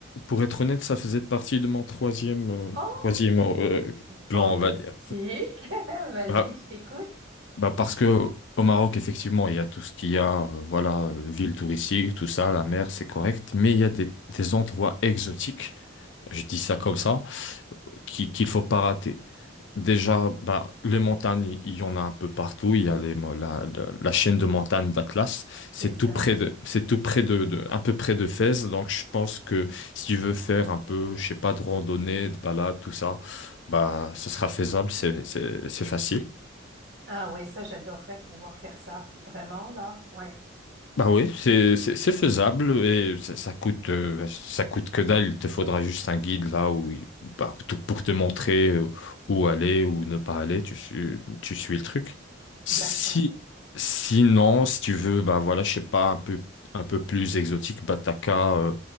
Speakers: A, on the left; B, on the right.
A: pour être honnête, ça faisait partie de mon troisième, euh,
B: Oh,
A: troisième euh, plan,
B: fantastique!
A: on va dire.
B: <laughs> Vas-y,
A: Bah,
B: je t'écoute.
A: bah parce que au Maroc, effectivement, il y a tout ce qu'il y a, euh, voilà, euh, ville touristique, tout ça, la mer, c'est correct, mais il y a des, des endroits exotiques, je dis ça comme ça, qui, qu'il faut pas rater. Déjà, bah, les montagnes, il y en a un peu partout. Il y a les, mo- la, la- la chaîne de montagnes d'Atlas. C'est
B: C'est ça.
A: tout près de, c'est tout près de, de- un peu près de Fès. Donc, je pense que si tu veux faire un peu, je sais pas, de randonnée, de balade, tout ça, bah, ça sera faisable. C'est, c'est, c'est facile.
B: Ah oui, ça, j'adorerais pouvoir faire ça. Vraiment, là? Ouais.
A: Bah oui, c'est c'est c'est faisable et ça, ça coûte euh, ça coûte que dalle. Il te faudra juste un guide là où il- bah, tout- pour te montrer euh, où aller ou ne pas aller. Tu suis tu suis le truc. Si
B: D'accord.
A: sinon si tu veux bah voilà je sais pas un peu un peu plus exotique bah t'as qu'à euh,